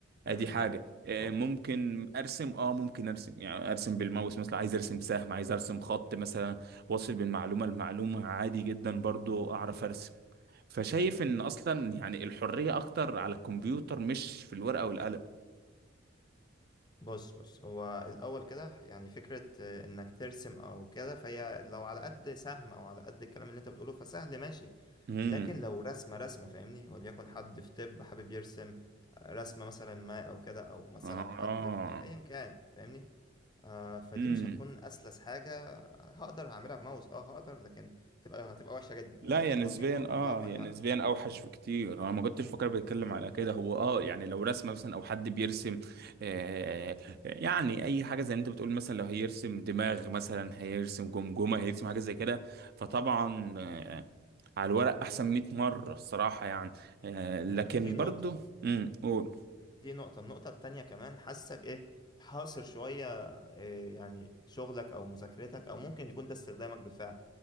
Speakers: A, on the right; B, on the left.
A: ادي
B: امم
A: حاجه آه،
B: أو
A: ممكن ارسم اه ممكن ارسم يعني ارسم بالماوس مثلا عايز ارسم سهم عايز ارسم خط مثلا واصل بين معلومه لمعلومه عادي جدا برضو اعرف ارسم فشايف ان اصلا يعني الحريه اكتر على الكمبيوتر مش في الورقه والقلم
B: بص بص هو الأول كده يعني فكرة آه، إنك ترسم أو كده فهي لو على قد سهم أو على قد الكلام اللي أنت بتقوله فسهل ماشي
A: امم
B: لكن لو رسمة رسمة فاهمني وليكن حد في طب حابب يرسم آه، رسمة مثلا ما أو كده أو مثلا
A: اه
B: حد في أيا كان فاهمني آه فدي
A: امم
B: مش هتكون اسلس حاجه هقدر هعملها بماوس اه هقدر لكن هتبقى هتبقى وحشه جدا
A: لا
B: ومش
A: هي
B: هتبقى
A: نسبيا
B: دقيقه
A: اه
B: اطلاقا
A: هي
B: يعني
A: نسبيا اوحش بكتير انا ما كنتش فاكر بيتكلم
B: م-
A: على كده هو اه يعني لو رسمه مثلا او حد بيرسم آه يعني اي حاجه زي اللي انت بتقول مثلا لو هيرسم دماغ مثلا هيرسم جمجمه
B: م-
A: هيرسم حاجه زي كده فطبعا آه على الورق احسن 100 مره الصراحه يعني آه لكن
B: م. دي نقطه
A: برضو امم قول
B: دي نقطة النقطة التانية كمان حاسك ايه حاصر شوية إيه يعني شغلك او مذاكرتك او ممكن يكون ده استخدامك بالفعل